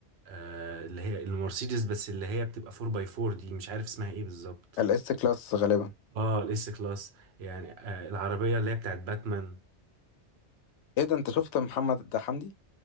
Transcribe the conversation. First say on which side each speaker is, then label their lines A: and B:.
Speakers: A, on the right (about 70°); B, on the left (about 80°).
A: آه اللي هي المرسيدس بس اللي هي بتبقى 4 باي 4 دي مش عارف اسمها ايه بالظبط
B: الاس كلاس غالبا
A: اه الاس كلاس يعني آه العربيه اللي هي بتاعت باتمان
B: ايه ده انت شفت محمد ده حمدي